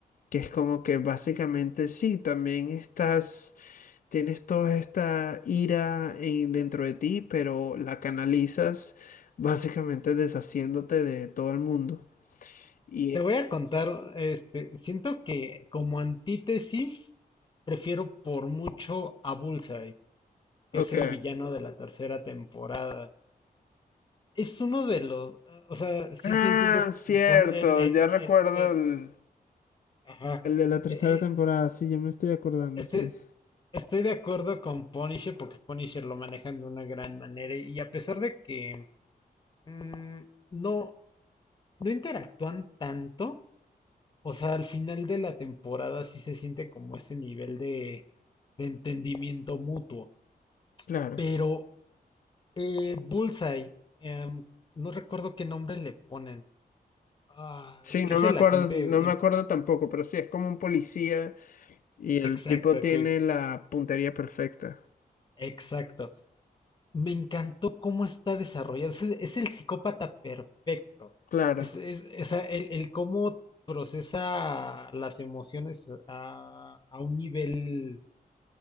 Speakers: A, on the left; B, on the left.
A: que es como que básicamente sí, también estás, tienes toda esta ira en- dentro de ti, pero la canalizas básicamente deshaciéndote de todo el mundo. Y,
B: Te voy a contar, este, siento que como antítesis prefiero por mucho a Bullseye, que
A: ok.
B: es el villano de la tercera temporada. Es uno de los, o sea, sí,
A: Ah,
B: sí entiendo,
A: cierto,
B: pon- el, el,
A: ya
B: el,
A: recuerdo
B: el,
A: el,
B: ajá,
A: El de la tercera
B: eh, eh,
A: temporada, sí, yo me estoy acordando,
B: este,
A: sí.
B: estoy de acuerdo con Punisher porque Punisher lo manejan de una gran manera y a pesar de que mm, no, no interactúan tanto, O sea, al final de la temporada sí se siente como ese nivel de, de entendimiento mutuo.
A: Claro.
B: Pero eh, Bullseye, em, no recuerdo qué nombre le ponen. Ah,
A: Sí,
B: ¿qué
A: no
B: es
A: me
B: el
A: acuerdo,
B: agente?
A: no me
B: em,
A: acuerdo tampoco, pero sí, es como un policía y el
B: Exacto,
A: tipo tiene
B: que,
A: la puntería perfecta.
B: exacto. Me encantó cómo está desarrollado. Es, es el psicópata perfecto.
A: Claro.
B: Es, es, es a- el, el cómo procesa las emociones a, a un nivel,